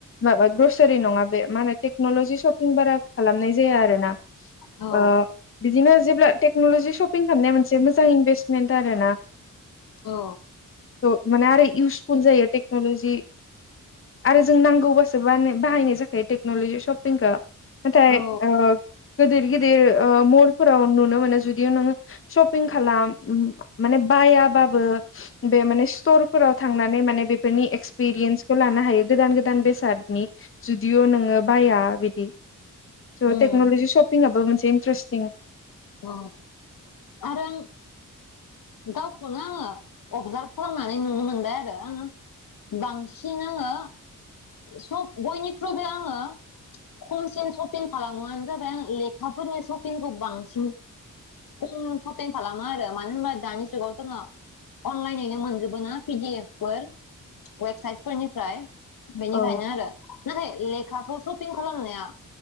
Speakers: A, on the left; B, on the left.
A: माबा बोसोरि नङा बे मा होनो टेक्न'लजि शपिं बारा खालामनाय जाया आरो ना,
B: औ
A: ओ बिदिनो जेब्ला टेक्नलजि शपिं खालामनाया मोनसे मोजां इनभेस्टमेन्ट आरो ना।
B: औ
A: थ' माने आरो इउसफुल जायो टेक्नलजि आरो जों नांगौबासो। बा बाहायनाय जाखायो टेक्नलजि शपिंखो नाथाय
B: औ
A: ओ गिदिर-गिदिर ओ महरफोराव नुनो मोनो जुदि नोङो शपिं खालाम माने बायाबाबो बे माने स्टरफोराव थांनानै माने बेफोरनि एक्सपिरियेन्सखौ लानो हायो गोदान गोदान बेसाद। नि जुदिअ नोङो बाया बिदि। स'
B: उम
A: टेक्नलजि शपिं आाबबो मोनसे इन्ट्रेस्टिं
B: ओ आरो आं गावखौनो आङो अबजार्भ खालामनानै नुनो मोनबाय आरो आङो बांसिन आङो सब बयनिख्रुइबो आङो खमसिन शपिं खालामोानो जाबाय आ लेखाफोरनि शपिंखौ बां न' सपिं खालामो आरो मानो होनबा दानि जुगाव जोङो अनलाइनैनो मोनजोबो ना पिडिएफ फोर वेबसाइटफोरनिफ्राय। बेनिफायनो
A: औ
B: आरो नाथाय ले लेखौ सपिं खालामनाया